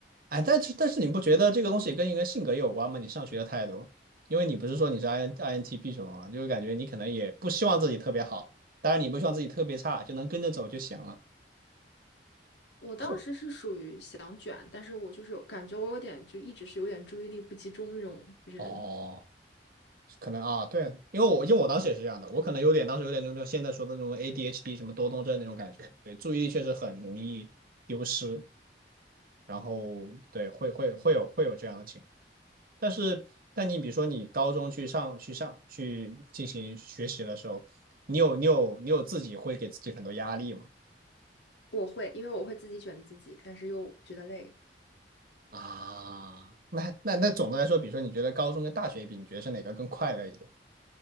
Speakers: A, on the right; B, on the left.
A: 哎，但是但是你不觉得这个东西跟一个性格有关吗？你上学的态度，因为你不是说你是 I N INTP 什么吗？就是感觉你可能也不希望自己特别好，当然你不希望自己特别差，就能跟着走就行了。
B: 我当时是属于想卷，
A: 后
B: 但是我就是感觉我有点就一直是有点注意力不集中那种人。
A: 哦，可能啊，对，因为我因为我当时也是这样的，我可能有点当时有点那种现在说的那种 ADHD 什么多动症那种感觉，对，注意力确实很容易丢失。然后对，会会会有会有这样的情况但是，但你比如说你高中去上去上去进行学习的时候，你有你有你有自己会给自己很多压力吗？
B: 我会，因为我会自己卷自己，但是又觉得累。
A: 啊，那那那总的来说，比如说你觉得高中跟大学比，你觉得是哪个更快乐一点？